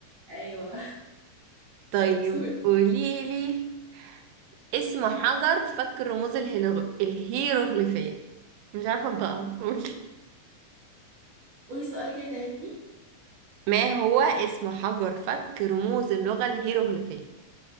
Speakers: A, on the right; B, on the right.
A: ايوه شطوره
B: طيب قوليلي اسم حجر فك رموز الهيلو- الهيروغليفية مش عارفة انطقها قولي
A: قولي سؤال كده تاني
B: ما هو اسم حجر فك رموز اللغة الهيروغليفية